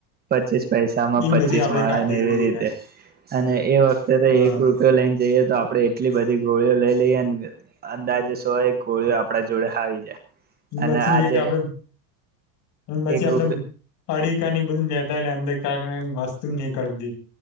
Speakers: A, on the right; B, on the left.
A: પચીસ પૈસામાં
B: એમ
A: પચીસ
B: બધી આપડે
A: માળા
B: ખાધેલી
A: ને એવી રીતે અને. એવ
B: હા
A: એક રૂપયો લઈને જઈએ. તો આપડે એટલી બધી ગોળીઓ લઈ લઈએ અંદાજે સો એ ગોળીઓ આપડા જોડે આવી જાય. અને
B: પછી
A: આજે
B: એક આપડે. પછી
A: એક
B: આપડે
A: રૂપ
B: પાડી કાની બધું જ અંદર ક વસ્તુ ની કળતી.